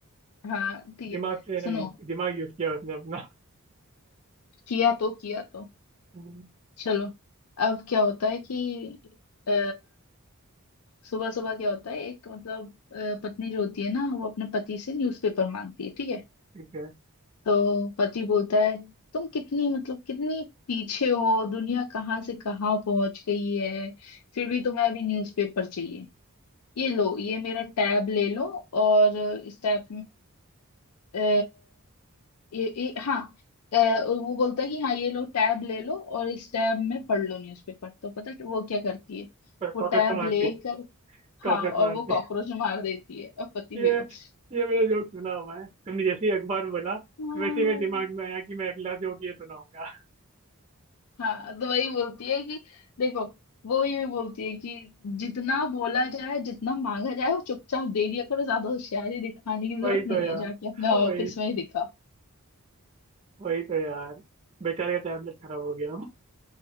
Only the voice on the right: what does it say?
दिमाग
से है ना
यूज दिमाग यूज किया उसने अपना
हम्म,
ठीक है
पर
कॉकरोच
को मारती
कॉकरोच
मारती
ये
ये मेरा जोक सुना हुआ है तुमने जैसे ही अखबार में बोला
वैसे ही मेरे दिमाग में आया कि मैं अगला जोक ये सुनाऊंगा
वही
तो यार
वही
वही तो यार बेचारे का टैबलेट खराब हो गया